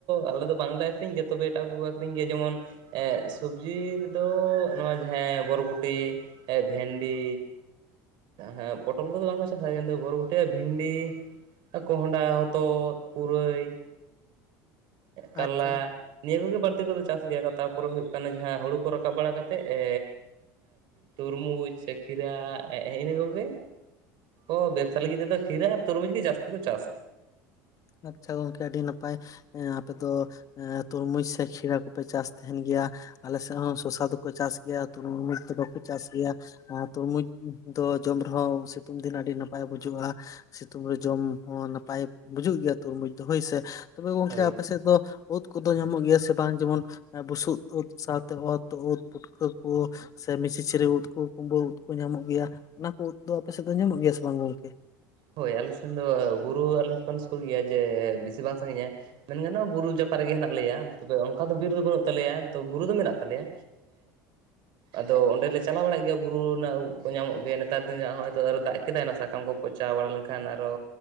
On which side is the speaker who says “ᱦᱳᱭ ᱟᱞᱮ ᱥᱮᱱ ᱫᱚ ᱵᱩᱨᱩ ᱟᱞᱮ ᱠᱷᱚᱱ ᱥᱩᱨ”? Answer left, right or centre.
Right